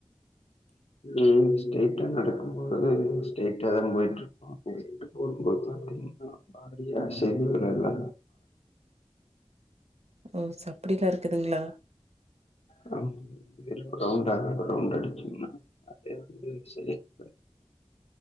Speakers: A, on the left; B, on the right.
A: ம் அ ஸ்டே ஸ்ரைட்டா நடக்கும்போது ஸ்ரைட்டா தா போயிட்ருக்கு அதே எட்டு போட்டு பாத்தா <unintelligible> யா செய்வார் எல்லா
B: ஒர் நிம்ஷோ அப்புடில்லா இருக்குதுங்ளா
A: ஆமா ரவுண்டா ஒரு ரவுண்டு அடிச்ச மாரி <unintelligible>